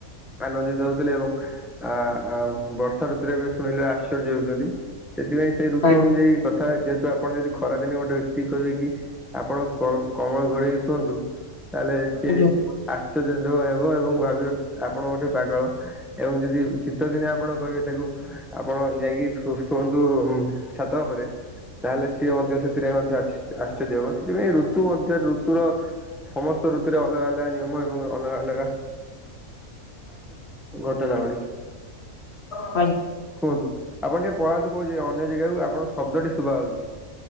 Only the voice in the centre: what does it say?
ଆନନ୍ଦିତ ହଉ। ଥିଲେ ଏବଂ ଆ ମ ବର୍ଷା ଋତୁରେ ଏବେ ଶୁଣିଲେ ଆଶ୍ଚର୍ଯ୍ୟ ହଉଛନ୍ତି ସେଥିପାଇଁ ସେଇ
ଋତୁ ଅନୁଯାୟୀ କ ଥା ଯେହେତୁ ଆପଣ ଯଦି ଖରାଦିନେ ଗୋଟେ ବ୍ୟକ୍ତି କହିବେ କି ଆପଣ କ-କମଳ ଘଡେଇକି ଶୁଅନ୍ତୁ ତାହେଲେ ସିଏ
ଆଶ୍ଚର୍ଯ୍ୟ <unintelligible> ଏବଂ ଭାବିବେ ଆପଣ ଗୋଟେ ପାଗଳ ଏବଂ ଯଦି ଶୀତ ଦିନେ ଆପଣ କହିବେ ତାକୁ ଆପଣ ଯାଇକି ଶୁ-ଶୁଅନ୍ତୁ ଉଁ ଛାତ ଉପରେ ତାହେଲେ ସିଏ ମଧ୍ୟ ସେ ମଧ୍ୟ ଅଛି ଆଶ୍ଚର୍ଯ୍ୟ ହେବ ସେଥିପାଇଁ ଋତୁ ମଧ୍ୟ ଋତୁର ସମସ୍ତ ଋତୁରେ ଅଲଗା ଅଲଗା ନିୟମ ଏବଂ ଅଲଗା ଅଲଗା ଗୋଟେ ଲାଉଳି।
କୁହନ୍ତୁ ଆପଣ ଟିକେ ପଳାନ୍ତୁ କୋଉ ଯେ ଅନ୍ୟ ଜାଗାକୁ ଆପଣଙ୍କ ଶବ୍ଦଟେ ଶୁଭା ହଉଛି।